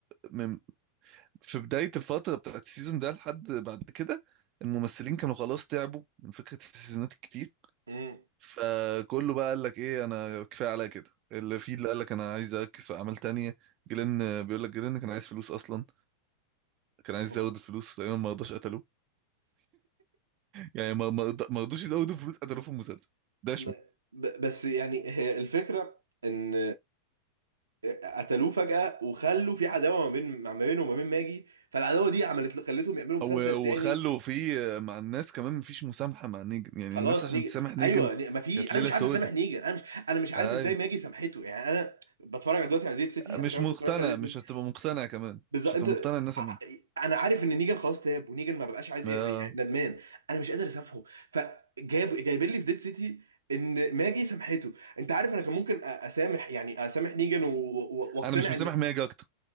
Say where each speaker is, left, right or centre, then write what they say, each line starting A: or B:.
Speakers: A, on the right (about 35°); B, on the right (about 75°).
A: من في بداية الفترة بتاعت السيزون ده لحد بعد كده الممثلين كانوا خلاص تعبوا من فكرة السيزونات الكتير
B: امم
A: فكله بقى قال لك ايه انا كفاية عليا كده اللي فيه اللي قال لك انا عايز اركز في اعمال تانية جيلين آه، بيقول لك جيلين كان عايز فلوس اصلا كان عايز
B: هو
A: يزود الفلوس تقريبا ما رضاش قتلوه يعني ما ما رض- ما رضوش يزودوا الفلوس قتلوه في المسلسل ده
B: م- ب- بس يعني هي الفكره ان قتلوه فجأة وخلوا في عداوة ما بين ما بينه وما بين ماجي فالعداوة دي عملت خلتهم يعملوا مسلسل
A: و-
B: تاني
A: وخلوا في مع الناس كمان مفيش مسامحة مع نيجن يعني
B: خلاص
A: الناس عشان
B: نيجي
A: تسامح نيجن
B: ايوه ني- ما في
A: كانت
B: انا
A: ليلة
B: مش
A: سودة
B: عارف اسامح نيجر انا مش انا مش عارف
A: ايوه
B: ازاي ماجي سامحته يعني انا بتفرج على دلوقتي على ديت سيتي
A: مش
B: انا مش عارف
A: مقتنع
B: انت اتفرجت على ديت
A: مش
B: سيتي
A: هتبقى مقتنع كمان
B: بالظبط
A: مش هتبقى
B: انت
A: مقتنع الناس
B: ع-
A: من
B: انا عارف ان نيجر خلاص تاب ونيجر ما بقاش عايز
A: آه.
B: ي- يعني ندمان انا مش قادر اسامحه فجاب جايبين لي في ديت سيتي ان ماجي سامحته انت عارف انا كان ممكن أ- اسامح يعني اسامح نيجان و- و- واقتنع
A: انا مش مسامح
B: ان
A: ماجي اكتر